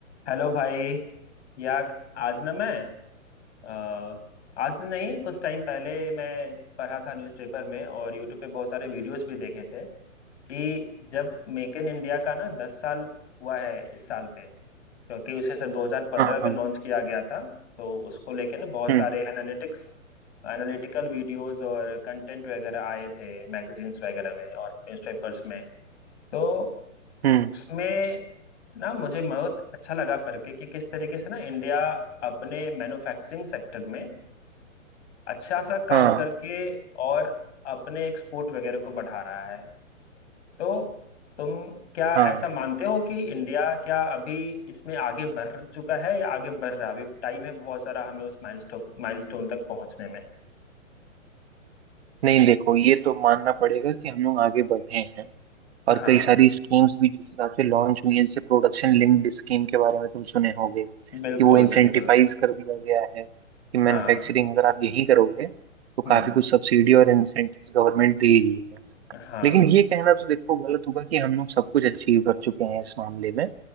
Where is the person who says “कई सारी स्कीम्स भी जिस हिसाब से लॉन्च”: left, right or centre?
Right